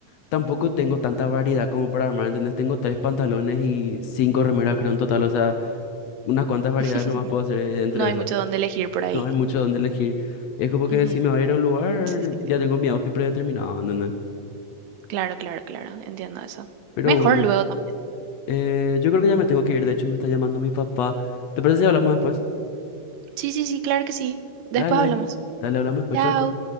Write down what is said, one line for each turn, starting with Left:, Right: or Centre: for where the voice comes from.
Left: tampoco tengo tanta variedad como para armar, ¿entendés? Tengo tres pantalones y cinco remeras, creo, en total, o sea, unas cuantas variedades
Right: <laughs>
Left: nomás puedo hacer eh, entre
Right: No hay
Left: esas.
Right: mucho donde elegir por ahí.
Left: No hay mucho donde elegir. Es como que
Right: Ujú,
Left: si me voy a ir a un lugar,
Right: Sí, sí, sí.
Left: ya tengo mi outfit predeterminado, ¿entendés?
Right: Claro, claro, claro. Entiendo eso.
Left: Pero
Right: Mejor
Left: bueno,
Right: luego también.
Left: eh, yo creo que ya me tengo que ir, de hecho me está llamando mi papá. ¿Te parece si hablamos después?
Right: Sí, sí, sí, claro que sí. Después
Left: Dale,
Right: hablamos.
Left: dale, dale, hablamos después,
Right: Chao.
Left: chao, chao.